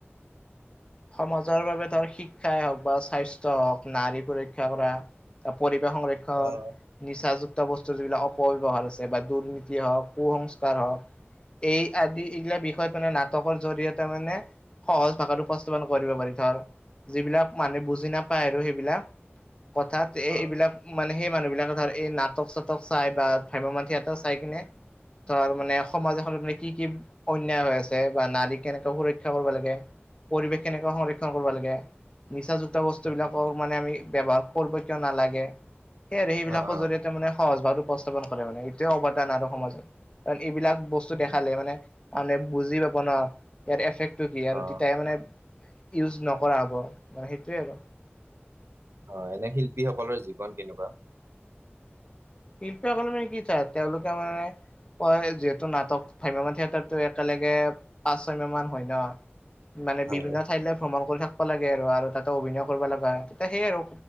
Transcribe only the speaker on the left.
সমাজৰ বাবে ধৰ শিক্ষাই হওক বা স্বাস্থ্য হওঁক, নাৰী সুৰক্ষা কৰা, পৰিৱেশ সংৰক্ষণ।
নিচাযুক্ত বস্তুৰ যিবিলাক অপব্যৱহাৰ হৈছে বা দুৰ্নীতি হওক, কুসংস্কাৰ হওক। এই আদি এইগিলা বিষয়ত মানে নাটকৰ জৰিয়তে মানে, সহজ ভাষাটো উপস্থাবন কৰিব পাৰি ধৰ, যিবিলাক মানে বুজি নাপায় আৰু সেইবিলাক। কথাত এ
এইবিলাক মানে সেই মানুহ বিলাক <unintelligible> এই নাটক চাটক চাই বা ভ্ৰাম্যমাণ থিয়েটাৰ চাই কিনে তাৰ মানে সমাজ এখনত মানে কি কি অন্যায় হৈ আছে বা নাৰীক কেনেকে সুৰক্ষা কৰিব লাগে, পৰিৱেশ কেনেকে সংৰক্ষণ কৰিব লাগে, নিচাযুক্ত বস্তুবিলাকও
মানে আমি ব্যৱহাৰ কৰ্ব কিয় নালাগে, সেই আৰু সেইবিলাক
জৰিয় মানে সহজ ভাৱ উপস্থাপন কৰে মানে, এইটোৱে অৱদান আৰু সমাজত কাৰণ এইবিলাক বস্তু
দেখালে মানে মানে বুজি পাব ন' ইয়াৰ এফেক্টটো কি আৰু
তেতিয়া হে মানে ইউজ নকৰা হ'ব, মানে সেইটোৱে আৰু।
শিল্পীসকলে মানে কি? চা, তেওঁলোকে মানে হয়, যিহেতু নাটক ভ্ৰাম্যমান থিয়েটাৰটো একেলগে পাঁচ ছয় মাহ মান হয় ন'। মানে
বিভিন্ন ঠাইলৈ ভ্ৰমণ কৰি থাক লাগে আৰু আৰু তাতো অভিনয় কৰিব লগা হয়। তেতিয়া সেই আৰু